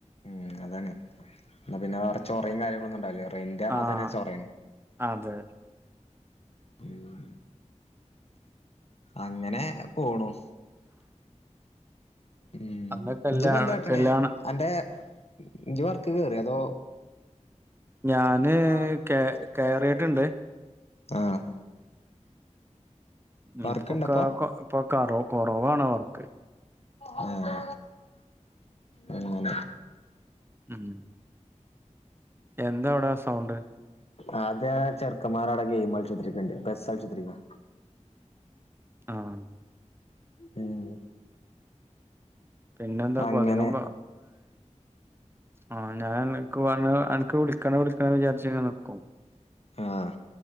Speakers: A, on the left; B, on the right.
A: ഉം അതാണ് ഇന്നാ പിന്നെ വേറെ ചൊറിം കാര്യങ്ങളൊന്നും ഇണ്ടാവില്ല റെൻ്റാർന്നത്തന്നെ
B: ആഹ്
A: ചൊറയാണ്.
B: അതെ
A: ഉം അങ്ങനെ പോണു. ഉം
B: അല്ല കല്യാണം
A: ഇജ് പ്പ എന്താട്ടണേ
B: കല്യാണം
A: അന്റെ ഇജ് വർക്ക് കേറ്യോ അതോ
B: ഞാന്
A: ഞാന്
B: കേ കേറിയിട്ടുണ്ട്.
A: കേ ആഹ്
B: ഉം
A: വർക്ക്ണ്ടപ്പൊ
B: ഇപ്പൊക്കാ ഇപ്പൊ കറവ കൊറവാണ് വർക്ക്
A: ഏഹ് ഉം
B: ഉം എന്താ അവ്ടെ സൗണ്ട്?
A: അതാ ചെർക്കമ്മാരാടെ ഗെയിമൾച്ചുത്തിരിക്ക്ണ്ട് പെസ്സൾച്ചുത്ത്ര്ക്കാ.
B: ആഹ്.
A: ഉം.
B: പിന്നെന്താക്കും
A: അങ്ങനെ
B: അധികം ആഹ് ഞാനനക്ക് അനക്ക് വിളിക്കണോ വിളിക്കണോ വിചാരിച്ച്ങ്ങനെ നിക്കും
A: ആഹ്